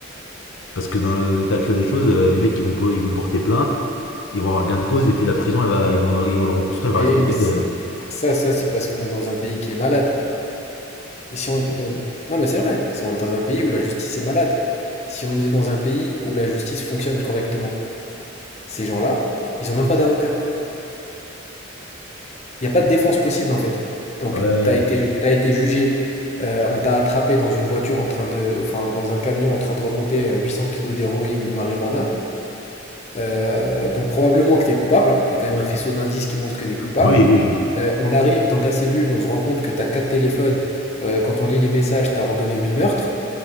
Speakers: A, on the left; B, on the left.
A: Parce que dans l'état actuel des choses, euh, les mecs, ils vont, ils vont porter plainte, ils vont avoir gain de cause et puis la prison, elle va, ils, vont, ils vont le reconstruire, elle
B: Oui,
A: va rester
B: mais
A: vide.
B: c- ça, ça, c'est parce qu'on est dans un pays qui est malade. Mais si on était dans... Non, mais c'est vrai, si on est dans un pays où la justice est malade, si on est dans un pays où la justice fonctionne correctement, ces gens-là, ils ont même pas d'avocat. Il n'y a pas de défense possible en fait. Donc,
A: euh.
B: t'as été,
A: Ouais. ouais,
B: t'as été jugé, euh, on t'a attrapé dans une voiture en train de... Enfin, dans un camion en train de remonter euh, 800 kilos d'héroïne et de marijuana. Euh, donc probablement que t'es coupable, hein. Il y a quand même un faisceau d'indices qui montre que t'es coupable.
A: ouais. Oui, oui, oui.
B: Euh, on arrive dans ta cellule, on se rend compte que t'as quatre téléphones. Euh, quand on lit les messages, t'as ordonné huit meurtres.